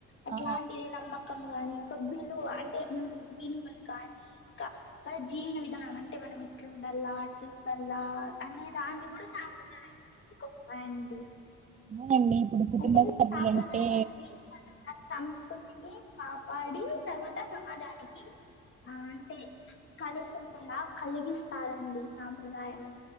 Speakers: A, on the left (about 40°); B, on the right (about 25°).
A: అట్లాంటిది
B: ఆ,
A: నమ్మక కానీ ఒక విలువ అంటే మనం విలువలు కానీ ఇంకా మన జీవన విధానం అంటే మన ఇట్లుండలా అట్లుండలా అనే దాన్ని కూడా సాంప్రదాయం కిందికి వస్తాయండి
B: అవునండి ఇప్పుడు కుటుంబ
A: అంటే
B: సభ్యులంటే
A: సాంప్రదాయం అనేది మన సంస్కృతిని కాపాడి తర్వాత సమాజానికి ఆ అంటే ప్చ్ కలిసి ఉండేలా కలిగిస్తారండి సాంప్రదాయం అం